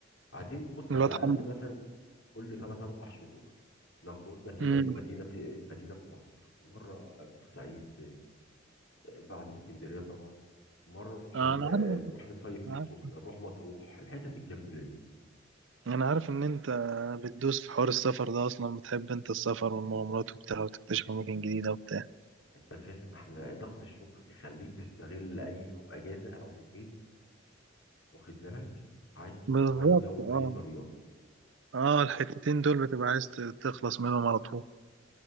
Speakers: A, on the left; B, on the right.
A: عايزين نبص
B: الواد
A: على
B: حمد
A: الاقل مثلا كل ثلاث اربع شهور ناخدوا لنا كده
B: امم
A: ايه مدينه في مدينه في مصر مره بورسعيد بعد اسكندريه طبعا مره نروح
B: انا
A: ال-
B: عارف
A: نروح نصيف في
B: أنا
A: السخنه
B: عارف
A: نروح مطروح الحتت الجميله دي
B: أنا عارف ان انت بتدوس في حوار السفر ده اصلا بتحب انت السفر والمغامرات وبتاع وتكتشف اماكن جديده وبتاع
A: انت فاهم احنا ضغط الشغل بيخليك تستغل اي يوم اجازه او يومين واخد بالك عايز تروح
B: بالظبط
A: تغير جو
B: اه
A: باي طريقه
B: اه الحتتين دول بتبقى عايز تخلص منهم على طول